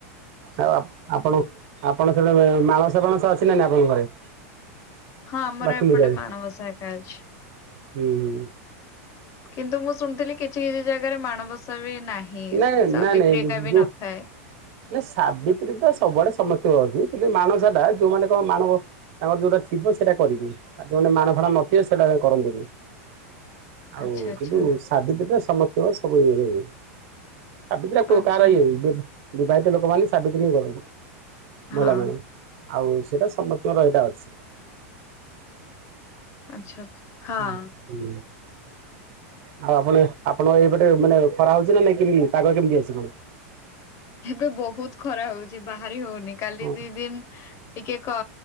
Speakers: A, on the right; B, on the left.
A: ଆଉ ଆପଣ ଆପଣ ସେଟ ମାଣସ ଫଣସ ଅଛି ନା ଆପଣଙ୍କ ଘରେ?
B: ହଁ ଆମର
A: ଲକ୍ଷ୍ମୀ
B: ଏପଟେ
A: ପୂଜାରେ?
B: ମାଣବସା ଏକା ଅଛି।
A: ହୁଁ ହୁଁ।
B: କିନ୍ତୁ ମୁଁ ଶୁଣିଥିଲି କିଛି କିଛି ଜାଗାରେ ମାଣବସା ବି ନାହିଁ। ହଁ
A: ନାଇଁ
B: ସାବିତ୍ରୀିକା
A: ନାଇଁ ନାଇଁ
B: ବି
A: ଯୋଉ
B: ନଥାଏ।
A: ନା ସାବିତ୍ରୀ ତ ସବୁଆଡେ ସମସ୍ତଙ୍କ ଅଛି କିନ୍ତୁ ମାଣବାସାଟା ଯୋଉମାନେ କଣ ମାଣବ ତାଙ୍କର ଯୋଉଟା ଥିବ ସେଇଟା କରିବି ଆଉ ଯୋଉେ ମାଣ ଫାଡ ନଥିବ ସେଇଟା କରନ୍ତିନି।
B: <inaudible>
A: ଆଉ
B: ଆଚ୍ଛା
A: କିନ୍ତୁ ସାବିତ୍ରୀଟା ସମସ୍ତଙ୍କ ସବୁ ଇରେ ହୁଏ। ସାବିତ୍ରୀ
B: ଆଚ୍ଛା
A: କାହାର ଇଏ ବିବାହିତ ଲୋକମାନେ ସାବିତ୍ରୀ ହିଁ କରନ୍ତି
B: ହଁ
A: ମହିଳାମାନେ। ଆଉ ସେଇଟା ସମସ୍ତଙ୍କ ରହଟା ଅଛି।
B: ଆଚ୍ଛା ଆଚ୍ଛା। ହଁ
A: <unintelligible> ଆଉ ଆପଣ ଆପଣ ଏଇପଟେ ମାନେ ଖରା ହଉଛି ନାଇ କେମିତି ପାଗ କେମିତି ଅଛି କଣ?
B: ଏବେ ବହୁତ ଖରା ହଉଛି ବାହାରି ହଉନି କାଲି
A: ହଁ
B: ଦି ଦିନ ଟିକେ କ